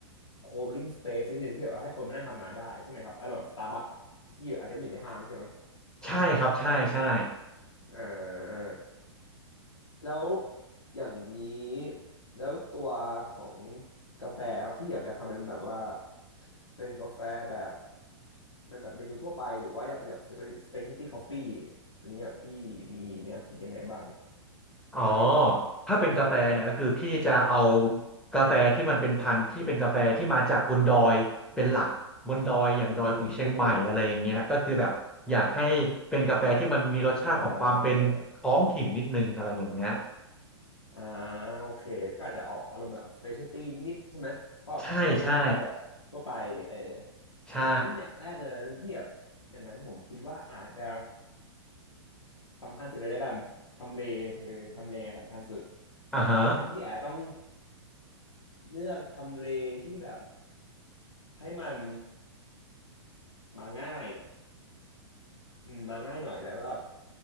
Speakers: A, on the left (about 80°); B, in the centre.
A: โคเวิร์กิ้งสเปซนิดนึงที่แบบว่าให้คนมานั่งทำงานได้ใช่ไหมครับอารมณ์แบบสตาร์บัคที่อาจจะไม่อยู่ในห้างใช่ไหม
B: ใช่ครับใช่ใช่
A: อ่า แล้วอย่างนี้แล้วตัวของกาแฟครับพี่แบบอยากทำเป็นแบบว่าเป็นกาแฟแบบเป็นแบบเมนูทั่วไปหรือว่าอยากเป็นแบบสเปเชียลตี้คอฟฟี่อันนี้แบบพี่มีแนวคิดยังไงบ้าง
B: อ๋อถ้าเป็นกาแฟเนี่ยก็คือพี่จะเอากาแฟที่มันเป็นพันธุ์ที่เป็นกาแฟที่มาจากบนดอยเป็นหลักบนดอยอย่างดอยของเชียงใหม่อะไรอย่างเงี้ยก็คือแบบอยากให้เป็นกาแฟที่มันมีรสชาติของความเป็นท้องถิ่นนิดนึงอะไรอย่างเงี้ย
A: อืมอืมอ่าอ่าโอเคก็อาจจะออกอารมณ์แบบสเปเชียลตี้นิดๆใช่ไหมเพราะไม่ใช่เป็นกาแฟแบบทั่วไปเออ
B: ใช่ใช่ใช่
A: อย่างนั้นอย่างแรกเลยพี่แบบอย่างนั้นผมคิดว่าอาจจะ สำคัญสุดเลยแล้วกันทำเลเออทำเลสำคัญสุด
B: อ่าฮะ
A: อืมพี่แอาต้องเลือกทำเลที่แบบให้มันมาง่ายอืมมาง่ายหน่อยแล้วก็แบบ